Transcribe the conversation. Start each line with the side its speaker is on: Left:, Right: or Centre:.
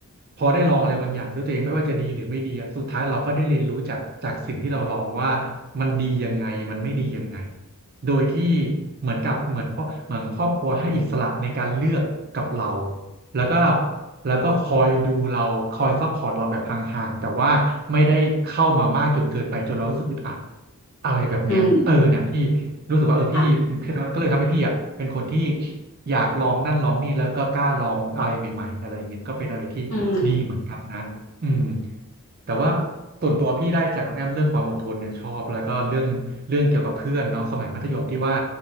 Right: พอได้ลองอะไรบางอย่างด้วยตัวเองไม่ว่าจะดีหรือไม่ดีอะสุดท้ายเราก็ได้เรียนรู้จากจากสิ่งที่เราลองว่ามันดียังไงมันไม่ดียังไง โดยที่เหมือนกับเหมือนพ่อเหมือนครอบครัวให้อิสระในการเลือกกับเราแล้วก็แล้วก็คอยดูเราคอยซัพพอร์ตเราแบบห่างๆแต่ว่าไม่ได้เข้ามามากจนเกินไปจนเรารู้สึกอึดอัดอะไรแบบเนี้ยเออเนี่ยพี่รู้สึกว่าเออพี่พี่ก็เลยทำให้พี่อ่ะเป็นคนที่
Left: อืมค่ะ
Right: อยากลองนั่นลองนี่แล้วก็กล้าลองอะไรใหม่ๆอะไรเงี้ยก็เป็นอะไรที่ดีเหมือนกันนะอืม
Left: อืม
Right: แต่ว่าส่วนตัวพี่ได้จากน้องแอมเรื่องความอดทนเนี่ยชอบแล้วก็เรื่องเรื่องเกี่ยวกับเพื่อนเนาะสมัยมัธยมที่ว่า